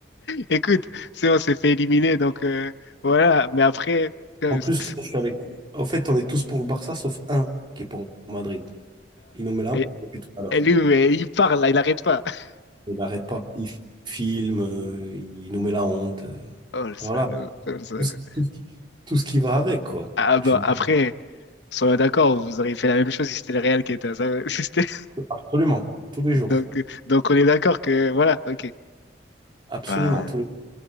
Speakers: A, on the left (about 70°); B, on the right (about 30°).
A: écoute, c'est on s'est fait éliminer, donc euh, voilà. Mais après, putain,
B: En plus,
A: c- c-
B: là, je suis avec... En fait, on est tous pour le Barça, sauf un qui est pour Madrid. Il nous met la
A: et,
B: honte depuis tout à l'heure.
A: et lui, ouais, il parle, là, il arrête pas. <laughs>
B: Il n'arrête pas. Il filme, euh, il nous met la honte. euh,
A: Oh le salaud,
B: Voilà.
A: oh, le salaud.
B: Tout ce, tout ce- tout ce qui va avec, quoi.
A: Ah bah
B: Tu te
A: après,
B: dis
A: soyons d'accord, vous auriez fait la même chose si c'était le Real qui était à ça. <laughs> si c'était-
B: absolument, tous les jours.
A: Donc, euh, donc on est d'accord que voilà, ok.
B: Absolument,
A: Ben,
B: tous les